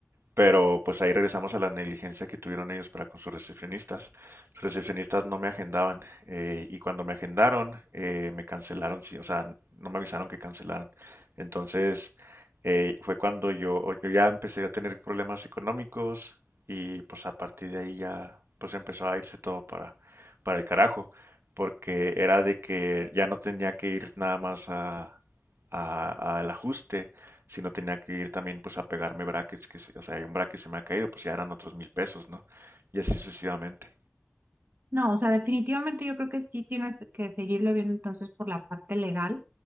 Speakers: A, on the right (about 85°); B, on the right (about 55°).
A: Pero pues ahí regresamos a la negligencia que tuvieron ellos para con sus recepcionistas. Sus recepcionistas no me agendaban eh, y cuando me agendaron eh, me cancelaron, sí, o sea, no me avisaron que cancelaron. Entonces eh, fue cuando yo, yo ya empecé a tener problemas económicos y pues a partir de ahí ya pues empezó a irse todo para, para el carajo, porque era de que ya no tenía que ir nada más a, a- al ajuste, si no tenía que ir también pues a pegarme brackets, que, se- o sea, hay un bracket se me ha caído, pues ya eran otros mil pesos, ¿no? Y así sucesivamente.
B: No, o sea, definitivamente yo creo que sí tienes que seguirlo viendo entonces por la parte legal